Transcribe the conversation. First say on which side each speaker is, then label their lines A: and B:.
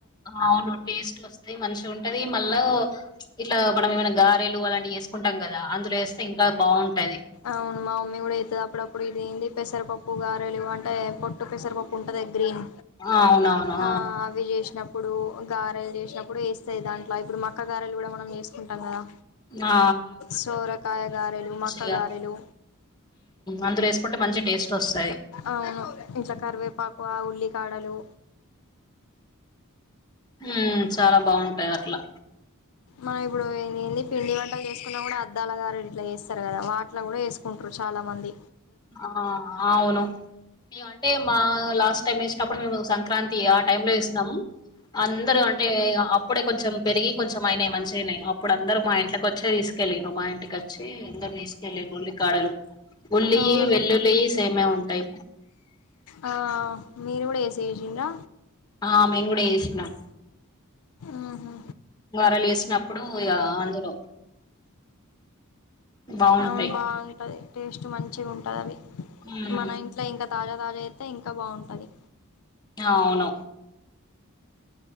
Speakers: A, on the left; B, on the left.
A: అవును టేస్ట్ వస్తయ్ మంచి ఉం టవి మళ్ళా ఇట్లా మనం ఏమైనా గారెలు అలాంటివి చేసుకుంటాం గదా అందులో యేస్తే ఇంకా బాగుంటది
B: అవును మా మమ్మీ కూడా జేత్తది అప్పుడప్పుడు ఇదేందీ పెసరపప్పు గారెలు అంటే పొట్టు పెసరపప్పు ఉంటదిగా గ్రీన్
A: అవునవును
B: ఆ అవి జేసినప్పుడు ఇప్పుడు గారెలు జేసినప్పుడు యేస్తాయి దాంట్ల ఇప్పుడు మక్క గారెలు గూడా మనం జేసుకుంటాం గదా
A: ఆ
B: సోరకాయ గారెలు మక్క
A: ఇగ
B: గారెలు
A: అందలో యేసుకుంటే మంచి టేస్ట్ వస్తది
B: అవును ఇట్లా కరివేపాకు ఉల్లి కాడలు
A: ఉమ్ చాలా బాగుంటాది అట్లా
B: మనం ఇప్పుడు ఏ ఏంది పిండి వంటలు జేసుకున్నా గూడా అద్దాల గారెలు ఇట్లా జేస్తరు గదా వాటిల గూడా జేసుకుంటరు చాలామంది
A: ఆ అవును మేం అంటే మా లాస్ట్ టైం వేసినప్పుడు మేము సంక్రాంతి ఆ టైంలో యేసినం అందరుఅంటే అప్పుడే కొంచెం పెరిగి కొంచెం అయినాయి మంచిగనే అప్పుడు అందరూ మా ఇంట్లకు వచ్చే తీసు కెళ్ళిర్రు మా ఇంటికి వచ్చి అందరు తీసుకెళ్ళిర్రు ఉల్లి కాడలు ఉల్లి
B: అవును
A: వెల్లులి సేమే ఉంటాయి
B: ఆ మీరు గూడా ఏసి యేసిరా
A: ఆ మేమ్ గూడ యేసినం
B: ఉహు
A: మరలే ఇప్పుడు ఇగ అందులో బాగుంటాయి
B: అవును బాగుంటది టేస్ట్ మంచి ఉంటది అది
A: ఉమ్
B: మన ఇంట్ల ఇంకా తాజా తాజా అయితే ఇంకా బాగుంటది
A: అవును